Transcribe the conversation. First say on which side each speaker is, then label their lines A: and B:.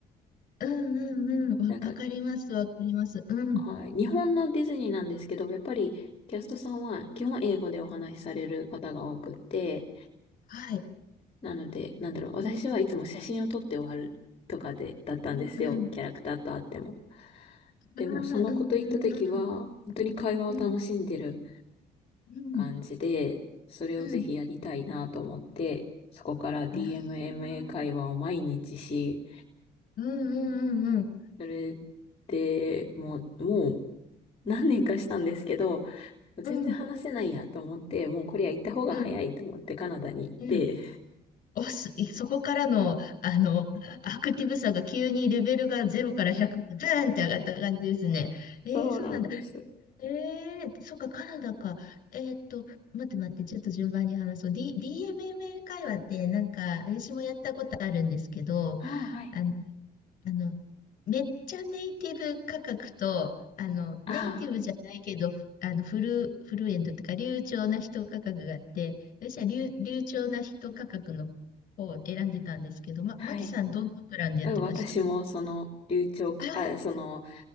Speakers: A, on the left; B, on the left.
A: あ、うんうんうん。わ、
B: なんか、
A: わかります、わかります。うん。
B: はい、日本のディズニーなんですけど、やっぱりキャストさんは基本英語でお話しされる方が多くって、
A: はい。
B: なので、なんだろう、私はいつも写真を撮って終わるとかで、だったんですよ。
A: うんうん。
B: キャラクターと会っても。
A: ああ、
B: でも、その子と行った時は、
A: うんうんうん
B: 本当に会話を楽しんでる
A: うんうん
B: 感じで、それをぜひやりたいなと思って、
A: うん
B: そこから DMMA
A: ああー、
B: 会話を毎日し、
A: うんうんうん
B: それで、もう、もう何年かしたんですけど、
A: うんうん
B: 全然話せないやと思って、もうこれは行った方が早いと思ってカナダに行って。
A: うんうんおす、そこからの、あの、アクティブさが急にレベルが0から100、ブーンって上がった感じですね。えー、
B: そうなんです。
A: そうなんだ。ええそっか、カナダか。えーっと、待って待って、ちょっと順番に話そう。D、d m m 会話って、なんか、私もやったことあるんですけど、
B: ああ、はい。
A: あの、あの、めっちゃネイティブ価格と、あの、ネイティブじゃないけど、
B: あ
A: あの、フル、フルエントっていうか、流暢な人価格があって、私は流、流暢な人価格の方を選んでたんですけど、ま、
B: あ、
A: マキさん、
B: はい。
A: どんなプランでやってました
B: あ私もその流暢か、
A: ああー、
B: あ、その